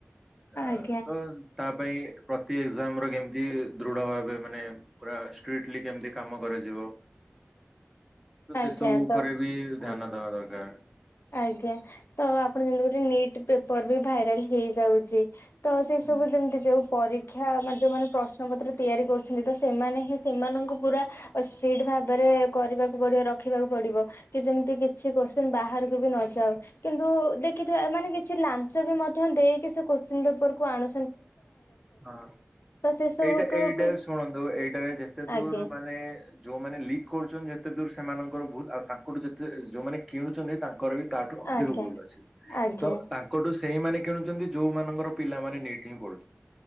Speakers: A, in the centre; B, on the left (about 70°).
A: ଆ
B: ଆଜ୍ଞା
A: ତ ତା ପାଇଁ ପ୍ରତି ଏକ୍ଜାମ ର କେମିତି ଦୃଢ ଭାବେ ମାନେ ପୁରା ଷ୍ଟ୍ରିଟଲି କେମିତି କାମ କରାଯି ତ
B: ଆଜ୍ଞା
A: ସେସବୁ ଉପରେ
B: ତ
A: ବି
B: ଆଜ୍ଞା।
A: ଧ୍ୟାନ ଦବା ଦରକାର।
B: ଆଜ୍ଞା ତ ଆପଣ ଯେମିତି କ ନିଟ୍ ପେପର ବି ଭାଇରାଲ ହେଇଯାଉଛି। ତ ସେ
A: ହୁଁ।
B: ସବୁ ଯେମିତି ଯୋଉ ପରୀକ୍ଷା ନା ଯୋଉ ମାନେ ପ୍ରଶ୍ନ ପ୍ର ପତ୍ର ତିଆରି କରୁଛନ୍ତି। ତ ସେମାନେ ହିଁ ସେମାନଙ୍କୁ ପୁରା ସ୍ପିଡ ଭାବରେ କରିବାକୁ ପଡିବ ରଖିବାକୁ ପଡିବ। କି ଯେମିତି କିଛି କୁଶ୍ଚିନ ବାହାରକୁ ବି ନ ଯାଉ। କିନ୍ତୁ ଦେଖିଥିବା ମାନେ କିଛି ଲାଞ୍ଚ ବି ମଧ୍ୟ ଦେଇକି ସେ କୋଶ୍ଚିନ ପେପର କୁ ଆଣୁ
A: ହଁ
B: ସେ ସବୁକୁ
A: ଏଇଟା ଏଇଟା
B: କୁ
A: ଶୁଣନ୍ତୁ। ଏଇଟାରେ ଯେତେ ଦୂର
B: ଆଜ୍ଞା
A: ମାନେ ଯୋଉମାନେ ଲିକ୍ କରୁଛନ୍ତି ଯେତେ ଦୂର ସେମାନଙ୍କର ଭୁଲ ଆଉ ତାଙ୍କଠୁ ଯେତେ ଯୋଉମାନେ କିଣୁଛନ୍ତି ତାଙ୍କର ବି ତାଠୁ ଅଧିକ
B: ଆଜ୍ଞା
A: ଭୁଲ ଅଛି
B: ଆଜ୍ଞା
A: ତ ତାଙ୍କଠୁ ସେଇମାନେ କିଣୁଛନ୍ତି ଯୋଉମାନଙ୍କର ପିଲାମାନେ କିଏଁ ପଢୁଛି